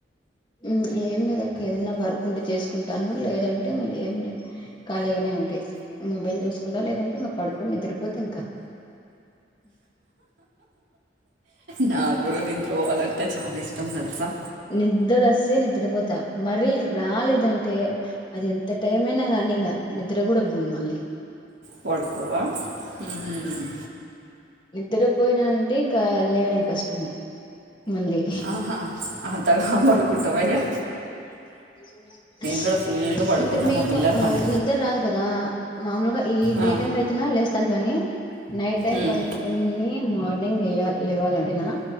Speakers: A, on the left; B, on the right.
A: మ్ ఏంలేదక్క ఏదన్నా వర్కుంటే చేస్కుంటాను లేదంటె ఇంగ లేంలే ఖాళీగనే ఉంటె మొబైల్ జూసుకుంటా లేదంటే ఇంగ పడుకొని నిద్రపోతా ఇంక
B: నాగ్గుడ నిద్రబోవాలన్ టే చాల ఇష్టం దెల్సా
A: నిద్దరొస్సే నిద్దరబోతా మరీ రాలేదంటే అది ఎం త టైం అయినాగానీ ఇంగ నిద్రగుడా బోను మల్లీ
B: పడుకోవా హూమ్
A: నిద్దరపోయినా అంటే ఇంకా లేయడం కష్టము మళ్ళీ
B: ఆహా హంతగా బడుకుంటవా ఇగా
A: <inaudible>
B: కూడా ఫుల్గా పడుకుంటా
A: అంటె మేలుకో
B: మా పిల్లల
A: వా
B: మధ్య
A: నిద్దర్రాదు కదా మామూలుగా ఈ
B: ఆ,
A: డేటైమ్ లో అయితేనా లేస్ త్తాన్ గానీ నైట్ టైం
B: ఉమ్,
A: పనుకొన్నీ మార్నింగ్ వెయ్యాల్ లెవ్వాలంటేనా